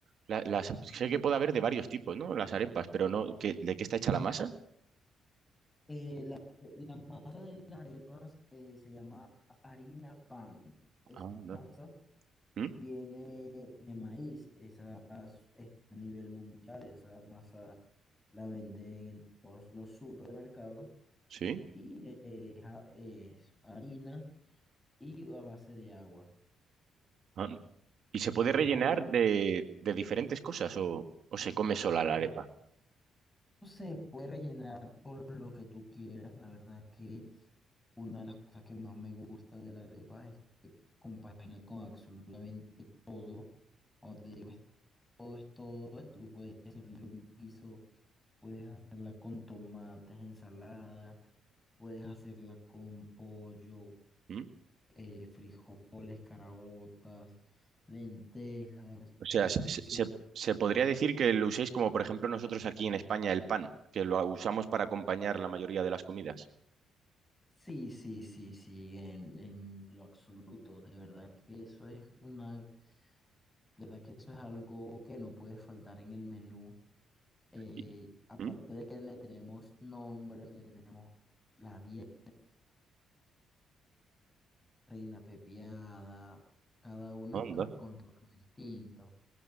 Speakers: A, on the right (about 60°); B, on the left (about 15°).
A: la- las sé que puede haber de varios tipos, ¿no? Las arepas, pero no, ¿qué- ¿de qué está hecha la masa?
B: Eh, la, la masa de las arepas eh, se llama harina pan. Esa
A: Anda.
B: masa
A: ¿Mm?
B: viene de maíz, esas es a nivel mundial, esa masa la venden en todos los supermercados
A: ¿Sí?
B: y eh, es, a- es harina y a base de agua.
A: Ah, ¿Y se puede
B: Es
A: rellenar
B: muy
A: de, de diferentes cosas o, o se come sola la
B: bueno.
A: arepa?
B: No Se puede rellenar con lo que tú quieras. La verdad que una de las cosas que más me gusta de la arepa es que compagina con absolutamente todo. Como te digo, es- todo es todo. Tú puedes hacerle un guiso Puedes hacerla con tomates, ensalada, puedes hacerla con pollo,
A: ¿Mm?
B: eh, frijoles, caraotas, lentejas.
A: O sea, se, se-
B: Te sir-
A: se- se podría decir que lo uséis como, por ejemplo, nosotros aquí en España el pan, que lo usamos para acompañar la mayoría de las comidas.
B: sí, sí, sí, sí, en, en lo absoluto. De verdad que eso es una, de verdad que eso es algo que no puede faltar en el menú. Eh,
A: ¿Y,
B: aparte
A: ¿Mm?
B: de que le tenemos nombres, le tenemos la dieta, Reina Pepiada, cada una
A: Anda.
B: con contorno distinto.